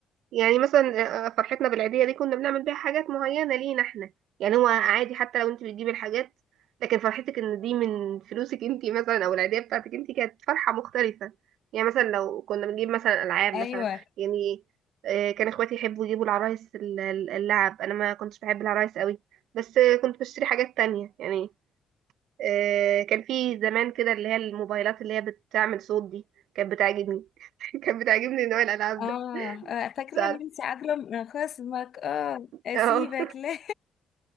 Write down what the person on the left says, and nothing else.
ايوه
اه
آه، فاكرة
نانسي عجرم آه، خصمك اه اسيبك
لا